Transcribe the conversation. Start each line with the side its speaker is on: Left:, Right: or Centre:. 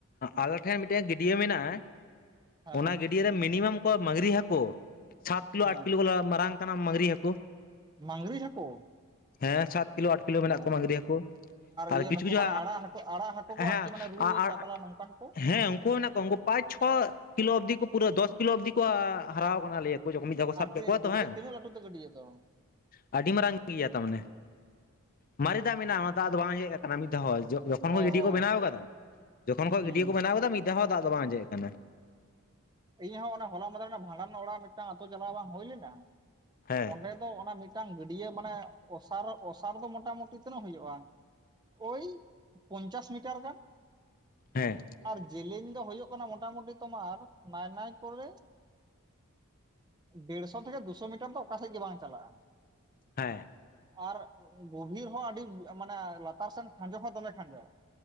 Left: ᱟᱞᱮ ᱴᱷᱮᱱ ᱢᱤᱫᱴᱮᱱ ᱜᱟᱹᱰᱭᱟᱹ ᱢᱮᱱᱟᱜᱼᱟ
Right: ᱦᱮᱸ
Left: ᱚᱱᱟ ᱜᱟᱹᱰ ᱜᱤᱰᱭᱟᱹ ᱨᱮ ᱢᱤᱱᱤᱢᱟᱢ ᱠᱚ ᱢᱟᱜᱽᱨᱤ ᱦᱟᱹᱠᱩ ᱥᱟᱛ ᱠᱤᱞᱳ
Right: ᱦᱮᱸ
Left: ᱟᱴ ᱠᱤᱞᱳ ᱢᱟᱨᱟᱝ ᱠᱟᱱᱟ ᱢᱟᱸᱜᱽᱨᱤ ᱦᱟᱹᱠᱩ᱾
Right: ᱢᱟᱝᱜᱨᱤ ᱦᱟᱹᱠᱩ
Left: ᱦᱮᱸ ᱥᱟᱛ ᱠᱤᱞᱳ ᱟᱴ ᱠᱤᱞᱳ ᱢᱮᱱᱟᱜ
Right: ᱚ
Left: ᱠᱚᱣᱟ ᱢᱟᱝᱜᱨᱤ ᱦᱟᱹᱠᱩ ᱟᱨ
Right: ᱤᱭᱟᱹ
Left: ᱠᱤᱪᱷᱩ
Right: ᱱᱩᱠᱩ
Left: ᱠᱤᱪᱷᱩ
Right: ᱢᱟᱱᱮ ᱟᱲᱟᱜ ᱦᱟᱹᱠᱩ ᱟᱲᱟᱜ ᱦᱟᱹᱠᱩ ᱠᱚ
Left: ᱦᱮᱸ
Right: ᱟᱨᱠᱤ ᱢᱟᱱᱮ ᱨᱩᱭ
Left: ᱟᱨ
Right: ᱠᱟᱛᱞᱟ ᱱᱚᱝᱠᱟᱱ ᱠᱚ
Left: ᱦᱮᱸ ᱩᱱᱠᱩ ᱦᱚᱸ ᱢᱮᱱᱟᱜ ᱠᱚᱣᱟ ᱩᱱᱠᱩ ᱯᱟᱸᱪ ᱪᱷᱚ ᱠᱤᱞᱳ ᱚᱵᱽᱫᱤ ᱠᱚ ᱯᱩᱨᱟᱹ ᱫᱚᱥ ᱠᱤᱞᱳ ᱚᱵᱽᱫᱤ ᱠᱚ ᱦᱟᱨᱟ ᱟᱠᱟᱱᱟ ᱞᱟᱹᱭᱟ ᱠᱚ᱾ ᱡᱚᱠᱷᱚᱱ ᱢᱤᱫ ᱫᱷᱟᱣ ᱠᱚ ᱥᱟᱵ
Right: ᱟᱨ
Left: ᱠᱮᱫ
Right: ᱛᱤᱱᱟᱹᱜ
Left: ᱠᱚᱣᱟ ᱛᱚ
Right: ᱜᱟᱹᱰᱭᱟᱹ
Left: ᱦᱮᱸ
Right: ᱛᱤᱱᱟᱹᱜ ᱞᱟᱹᱴᱩ ᱛᱮ ᱜᱟᱹᱰᱭᱟᱹ ᱫᱚ
Left: ᱟᱹᱰᱤ ᱢᱟᱨᱟᱝ ᱜᱮᱭᱟ ᱛᱟ ᱢᱟᱱᱮ᱾ ᱢᱟᱨᱮ ᱫᱟᱜ ᱢᱮᱱᱟᱜᱼᱟ ᱚᱱᱟ ᱫᱟᱜ ᱫᱚ ᱵᱟᱝ ᱟᱸᱡᱮᱫ ᱟᱠᱟᱱᱟ ᱢᱤᱫ ᱫᱷᱟᱣ ᱦᱚᱸ ᱡᱚᱠᱷᱚᱱ
Right: ᱚ
Left: ᱜᱟᱹᱰᱤᱭᱟ ᱠᱚ
Right: ᱚ
Left: ᱵᱮᱱᱟᱣ ᱟᱠᱟᱫᱟ᱾ ᱡᱚᱠᱷᱚᱱ ᱠᱷᱚᱡ
Right: ᱦᱩᱸ
Left: ᱜᱟᱹᱰᱭᱟ ᱠᱚ ᱵᱮᱱᱟᱣ ᱟᱠᱟᱫᱟ ᱢᱤᱫ ᱫᱷᱟᱣ ᱫᱟᱜ ᱫᱚ ᱵᱟᱝ ᱟᱸᱡᱮᱫ ᱟᱠᱟᱱᱟ᱾
Right: ᱤᱧ ᱦᱚᱸ ᱦᱚᱞᱟ ᱢᱟᱫᱮᱨ ᱨᱮᱱᱟᱜ ᱵᱷᱟᱸᱰᱟᱱ ᱚᱲᱟᱜ ᱢᱤᱫᱴᱟᱝ ᱟᱛᱳ ᱪᱟᱞᱟᱣ ᱵᱟᱝ ᱦᱩᱭ ᱞᱮᱱᱟ
Left: ᱦᱮᱸ
Right: ᱚᱸᱰᱮ ᱟᱫᱚ ᱚᱱᱟ ᱢᱤᱫᱴᱟᱝ ᱜᱟᱹᱰᱭᱟᱹ ᱢᱟᱱᱮ ᱚᱥᱟᱨ ᱚᱥᱟᱨ ᱫᱚ ᱢᱚᱴᱟ ᱢᱩᱴᱤ ᱛᱤᱱᱟᱹᱜ ᱦᱩᱭᱩᱜᱼᱟ ᱚᱭ ᱯᱚᱧᱪᱟᱥ ᱢᱤᱴᱟᱨ ᱜᱟᱱ
Left: ᱦᱮᱸ
Right: ᱟᱨ ᱡᱮᱞᱮᱧ ᱫᱚ ᱦᱩᱭᱩᱜ ᱠᱟᱱᱟ ᱢᱳᱴᱟᱢᱩᱴᱤ ᱛᱳᱢᱟᱨ ᱱᱟᱭ ᱱᱟᱭ ᱠᱚᱨᱮ ᱰᱮᱲᱥᱚᱛᱷᱮᱠᱮ ᱫᱩᱥᱚ ᱢᱤᱴᱟᱨ ᱫᱚ ᱚᱠᱟᱥᱮᱫ ᱜᱮ ᱵᱟᱝ ᱪᱟᱞᱟᱜᱼᱟ
Left: ᱦᱮᱸ
Right: ᱟᱨ ᱜᱚᱵᱷᱤᱨ ᱦᱚᱸ ᱟᱹᱰᱤ ᱢᱟᱱᱮ ᱞᱟᱛᱟᱨ ᱥᱮᱱ ᱠᱷᱟᱸᱡᱚ ᱦᱚᱸ ᱫᱚᱢᱮ ᱠᱷᱟᱸᱡᱚ